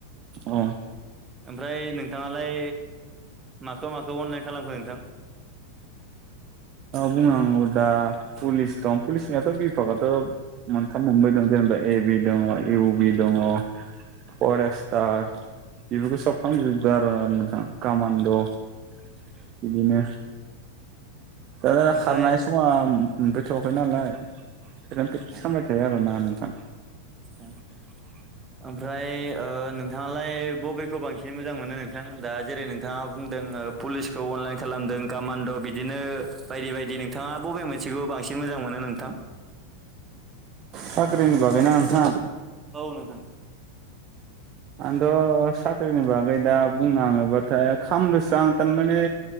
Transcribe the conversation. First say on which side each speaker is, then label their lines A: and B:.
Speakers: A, on the right; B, on the right.
A: औ
B: ओमफ्राय नोंथाङालाय माखौ माखौ ओ अनलाइन खालामखो नोंथां
A: बुंनांगौ दा पुलिस दं पुलिसनियाथ' बिभागाथ' मोनथाम मोनब्रै दं जेनेबा ए बि दङ इउ बि दङ फरेस्टार बेफोरखौ सब खामजोबदों आरो ना नोंथां कामान्ड'
B: <inaudible>
A: बिदिनो दाना
B: ओमफ्राय
A: खारनाय समा मोनफैथ'वाखै नालाय बेखायनो प्रेकटिस
B: अ
A: खालामबाय
B: आदसा
A: थायो आरो ना नोंथां
B: <unintelligible> ओमफ्राय नोंथाङालाय बबेखौ बांसिन मोजां मोनो नोंथां दा जेरै नों थाङा बुंदों पुलिसखौ अनलाइन खालामदों कामान्ड' बिदिनो बायदि बायदि नों थाङा बबे मोनसेखौ बांसिन मोजां मोनो नोंथां
A: साख्रिनो बागै ना नोंथां
B: औ नोंथां
A: आंथ' साख्रिनि बागै दा बुंनो थाङोबाथाय खामदोंसो आं थारमाने